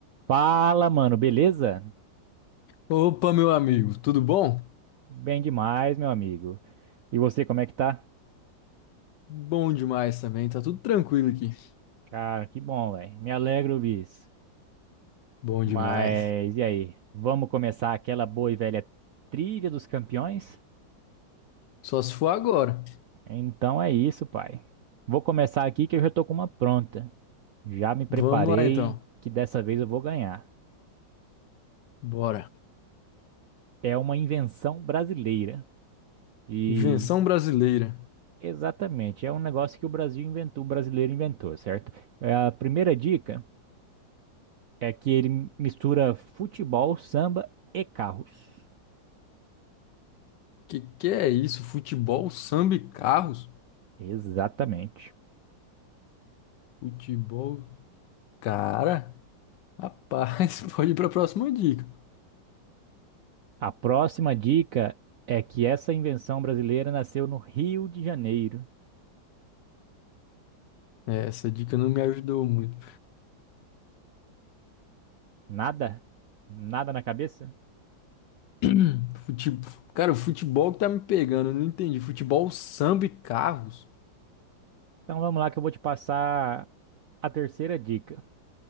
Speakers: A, on the right; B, on the left.
A: Fala, mano, beleza?
B: Opa, meu amigo, tudo bom?
A: Bem demais, meu amigo. E você, como é que tá?
B: Bom demais também, tá tudo tranquilo aqui.
A: Cara, que bom, velho. Me alegro ouvir isso.
B: Bom
A: Mas
B: demais.
A: e aí? Vamos começar aquela boa e velha trilha dos campeões?
B: Só se for agora.
A: Então é isso, pai. Vou começar aqui que eu já tô com uma pronta. Já me preparei
B: Vamos lá então.
A: que dessa vez eu vou ganhar.
B: Bora.
A: É uma invenção brasileira. E
B: Invenção brasileira.
A: exatamente, é um negócio que o Brasil inventou, o brasileiro inventou, certo? É a primeira dica. É que ele mistura futebol, samba e carros.
B: Que que é isso? Futebol, samba e carros?
A: Exatamente.
B: Futebol. Cara, rapaz, <laughs> pode ir pra próxima dica.
A: A próxima dica é que essa invenção brasileira nasceu no Rio de Janeiro.
B: É, Essa dica não me ajudou muito.
A: Nada? Nada na cabeça?
B: <clears throat> Fute... Cara, o futebol que tá me pegando, eu não entendi. Futebol, samba e carros?
A: Então vamos lá que eu vou te passar a terceira dica.